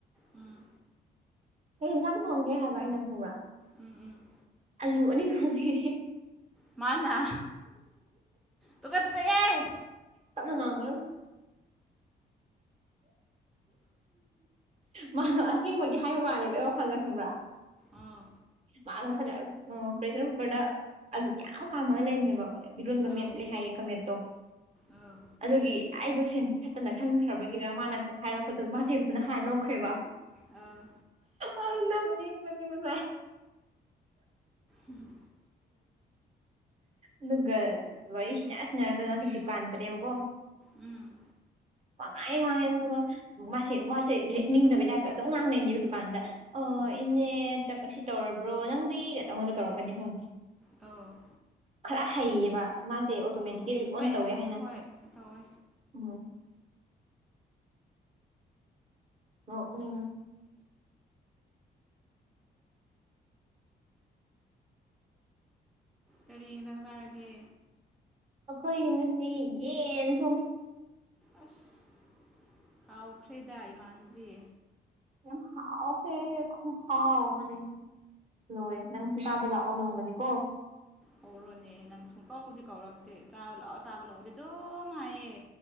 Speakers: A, in the centre; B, on the right (about 35°).
A: ꯎꯝ
B: ꯀꯩ ꯏꯟꯁꯥꯡ ꯊꯣꯡꯒꯦ ꯍꯥꯏꯕ ꯑꯩꯅ ꯈꯪꯕ꯭ꯔꯥ
A: ꯎꯝ ꯎꯝ꯫
B: ꯑꯂꯨ ꯑꯅꯤ ꯊꯣꯛꯅꯤ
A: ꯃꯥꯅꯥ ꯇꯨꯒꯠꯆꯩꯌꯦ꯫
B: ꯇꯥꯞꯅ ꯉꯉꯨꯍꯦ ꯃꯥꯗꯣ ꯑꯁꯦꯡꯕꯒꯤ ꯍꯥꯏꯕ ꯃꯥꯅꯦꯕ ꯑꯩ ꯋꯥꯈꯜꯗ ꯈꯪꯕ꯭ꯔꯥ ꯑ
A: ꯑꯧ
B: ꯃꯥ ꯉꯁꯥꯏ ꯄ꯭ꯔꯦꯁꯔ ꯀꯨꯀꯔꯗ ꯑꯂꯨ ꯀꯌꯥꯝ ꯀꯥꯝꯃꯒ ꯂꯩꯔꯤꯅꯦꯕ ꯕꯤꯔꯣꯟꯕ
A: ꯑꯧ
B: ꯃꯦꯠꯂꯦ ꯍꯥꯢꯌꯦ ꯈꯨꯃꯦꯠꯇꯣ
A: ꯑꯧ
B: ꯑꯗꯨꯒꯤ ꯑꯩꯗꯣ ꯁꯦꯟ ꯈꯠꯇꯅ ꯈꯟꯈ꯭ꯔꯕꯒꯤꯔ ꯃꯥꯅ ꯍꯥꯏꯔꯛꯄꯗꯨ ꯃꯥꯁꯦꯟꯁꯤꯅ ꯍꯥꯏꯔꯅꯣ ꯈ꯭ꯔꯦꯕ
A: ꯑ
B: ꯑ ꯅꯪ ꯅꯤꯡꯕ ꯅꯤꯡꯕꯁꯥꯏ
A: ꯎꯝ
B: ꯑꯗꯨꯒ ꯋꯥꯔꯤ ꯁꯤꯅꯁꯤꯟꯅꯔꯒꯗꯤ ꯃꯥꯒꯤ ꯗꯨꯀꯥꯟ ꯆꯠꯂꯦꯕꯀꯣ
A: ꯎꯝ꯫
B: ꯋꯥꯉꯥꯡꯌꯦ ꯋꯥꯡꯉꯦ ꯑꯗꯨꯒ ꯃꯥꯁꯦ ꯋꯥꯁꯦ ꯂꯦꯞꯅꯤꯡꯗꯕꯩ ꯇꯥꯏꯞꯇ ꯑꯗꯨꯝ ꯉꯥꯡꯅꯩꯅꯦꯕ ꯗꯨꯀꯥꯟꯗ ꯑꯣ ꯏꯅꯦ ꯆꯛ ꯑꯁꯤ ꯇꯧꯔꯕ꯭ꯔꯣ ꯅꯪꯗꯤ ꯑꯉꯣꯟꯗ ꯇꯧꯔꯛꯀꯅꯤ ꯈꯪꯉꯦ꯫
A: ꯑꯣ꯫
B: ꯈꯔ ꯍꯩꯌꯦꯕ ꯃꯥꯁꯦ ꯑꯣꯇꯣꯃꯦꯇꯤꯀꯦꯂꯤ
A: ꯑꯣ
B: ꯑꯣꯟ
A: ꯍꯣꯏ
B: ꯇꯧꯋꯦ ꯍꯥꯏꯅ
A: ꯍꯣꯏ ꯇꯧꯋꯦ꯫
B: ꯎꯝ꯫ ꯑꯣ ꯃꯤ
A: ꯀꯔꯤ ꯌꯦꯟꯖꯥꯡ ꯆꯥꯔꯒꯦ
B: ꯑꯩꯈꯣꯏꯒꯤ ꯉꯁꯤ ꯌꯦꯟ ꯊꯣꯡꯉ
A: ꯑꯁ ꯀꯥꯎꯈ꯭ꯔꯦꯗꯥ ꯏꯃꯥꯟꯅꯕꯤ꯫
B: ꯌꯥꯝ ꯍꯥꯎ ꯐ ꯍꯥꯎ ꯃꯅꯤ ꯂꯣꯏ ꯅꯪꯁꯨ ꯇꯥꯕ ꯂꯥꯛꯑꯣ ꯅꯣꯡꯃꯗꯤꯀꯣ
A: ꯀꯧꯔꯣꯅꯦ ꯅꯪ ꯁꯨꯡꯀꯧꯗꯤ ꯀꯧꯔꯛꯇꯦ ꯆꯥꯕ ꯂꯥꯛꯑꯣ ꯆꯥꯕ ꯂꯥꯛꯑꯣꯗꯤ ꯑꯗꯨꯝ ꯍꯥꯏꯌꯦ